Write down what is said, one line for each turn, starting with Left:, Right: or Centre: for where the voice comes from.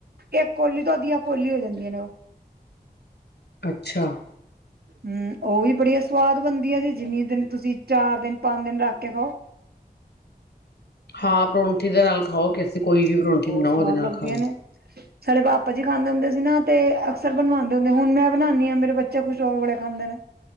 Right: ਇੱਕ ਕੋਲੀ ਤੋਂ, ਅੱਧੀਆਂ ਕੋਲੀ ਹੋ ਜਾਂਦੀਆਂ ਨੇ ਉਹ।
Left: ਅੱਛਾ
Right: ਹੂ, ਉਹ ਵੀ ਬੜੀਆ ਸਵਾਦ ਬਣਦੀਆਂ ਨੇ, ਜਿੰਨੀ ਦਿਨ ਤੁਸੀਂ ਚਾਰ ਦਿਨ ਪੰਜ ਦਿਨ ਰੱਖ ਕੇ ਖਾਓ।
Left: ਹਾਂ ਪਰੌਂਠੀ ਦੇ ਨਾਲ ਖਾਓ, ਐਸੀਂ ਕੋਈ ਵੀ ਪਰੌਂਠੀ
Right: ਬਹੁਤ
Left: ਬਣਾਓ
Right: ਸਵਾਦ
Left: ਉਹਦੇ ਨਾਲ
Right: ਲੱਗਦੀਆਂ
Left: ਖਾ ਲਓ।
Right: ਨੇ ਸਾਡੇ ਭਾਪਾ ਜੀ ਖਾਂਦੇ ਹੁੰਦੇ ਸੀ ਨਾ, ਤੇ ਅਕਸਰ ਬਣਵਾਉਂਦੇ ਹੁੰਦੇ, ਹੁਣ ਮੈਂ ਬਣਾਉਂਦੀ ਹਾਂ ਮੇਰੇ ਬੱਚੇ ਖੁਸ਼ ਹੋ ਕੇ ਬੜੇ ਖਾਂਦੇ ਨੇ।